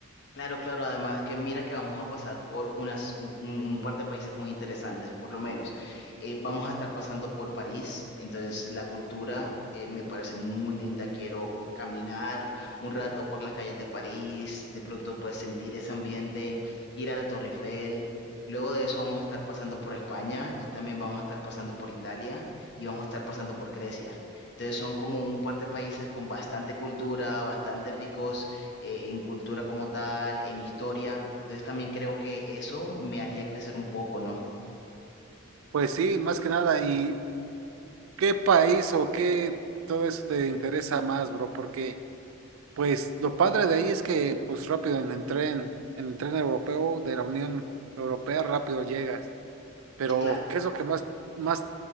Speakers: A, on the left (about 55°); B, on the right (about 85°).
A: Claro, claro, además que mira que vamos a pasar por unas, un, un par de países muy interesantes, por lo menos. Eh, vamos a estar pasando por París, entonces la cultura eh, me parece muy linda. Quiero caminar un rato por las calles de París, de pronto pues sentir ese ambiente, ir a la Torre Eiffel. Luego de eso vamos a estar pasando por España y también vamos a estar pasando por Italia y vamos a estar pasando por Grecia. Entonces son como un par de países con bastante cultura, bastante ricos eh, en cultura como tal, en historia. Entonces también creo que eso me haría crecer un poco, ¿no?
B: Pues sí, más que nada. ¿Y qué país o qué todo eso te interesa más, bro? Porque... Pues lo padre de ahí es que pues rápido en el tren, en el tren europeo de la Unión Europea rápido llegas. Pero
A: Sí, claro.
B: ¿qué es lo que más, más